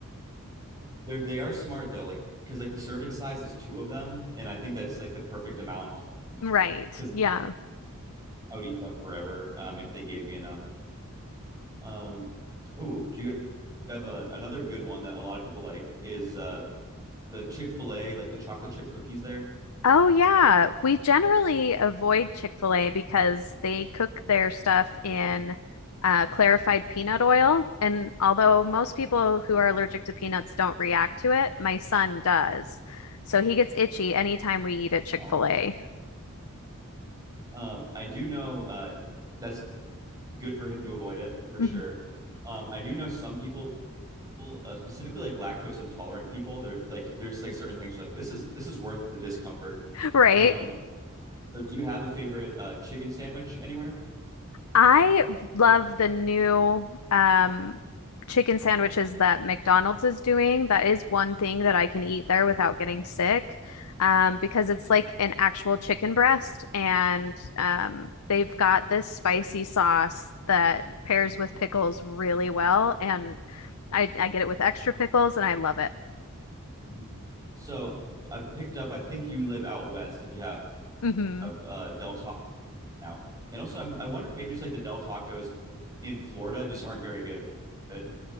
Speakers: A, on the right (about 15°); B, on the left (about 85°).
A: they're they are smart though, like because like the serving size is two of them, and I think that's like the perfect amount
B: Right.
A: because
B: Yeah.
A: I would eat them forever um, if they gave me enough. Um, ooh, do you have a, another good one that a lot of people like is uh, the Chick-fil-A, like the chocolate chip cookies there?
B: Oh, yeah. We generally avoid Chick-fil-A because they cook their stuff in uh, clarified peanut oil. And although most people who are allergic to peanuts don't react to it, my son does. So he gets itchy anytime we eat at Chick-fil-A.
A: Oh. Um, I do know uh, that's good for him to avoid it for
B: <laughs>
A: sure. Um, I do know some people, uh, specifically like lactose intolerant people, they're like there's like certain things like this is this is worth the discomfort.
B: Right?
A: Um, so do you have a favorite uh, chicken sandwich anywhere?
B: I love the new um, chicken sandwiches that McDonald's is doing. That is one thing that I can eat there without getting sick, um, because it's like an actual chicken breast, and um, they've got this spicy sauce that pairs with pickles really well, and I I get it with extra pickles, and I love it.
A: Mhm. So I picked up. I think you live out west. If you have,
B: hmm
A: have uh, Del Taco. out. And also, I'm, I wonder if maybe just like the Del Tacos in Florida just aren't very good. Good.